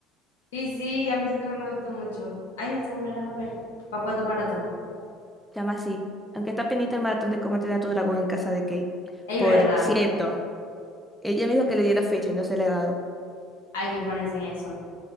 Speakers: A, on the left (about 70°); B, in the centre.
A: Y sí, a mí eso también me gustó mucho. Ay, necesito volverlas a ver. ¿Para cuánto maratón?
B: Se llama así. Aunque está pendiente el maratón de cómo entrenar a tu dragón en casa de Kate.
A: Es
B: Por
A: verdad,
B: cierto, ella me dijo que le diera fecha y no se le ha dado.
A: hay que ponerse en eso.